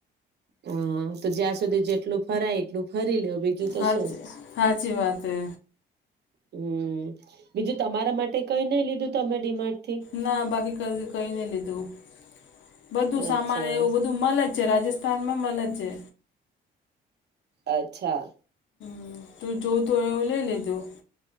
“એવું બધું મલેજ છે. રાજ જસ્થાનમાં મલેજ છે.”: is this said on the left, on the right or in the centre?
Left